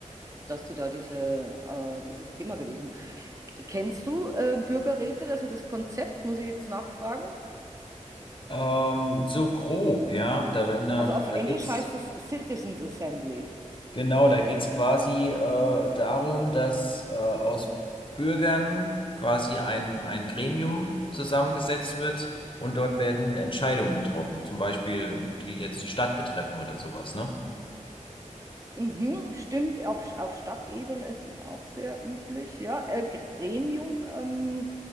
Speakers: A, on the right (about 25°); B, on the left (about 40°).
A: dass die da diese, äh, dieses Thema gewählt haben. Kennst du äh, Bürgerräte? Also das Konzept muss ich jetzt nachfragen.
B: Ähm, so grob, ja. Da wenn nach,
A: Also auf
B: da
A: Englisch
B: geht's,
A: heißt es Citizens Assembly.
B: genau, da geht's quasi äh, darum, dass äh, aus Bürgern quasi ein, ein Gremium zusammengesetzt wird und dort werden Entscheidungen getroffen. Zum Beispiel, ähm, die jetzt die Stadt betreffen oder sowas, ne?
A: Mhm, stimmt, auf, auf Stadtebene ist das auch sehr üblich. Ja, äh, Gremium, ähm,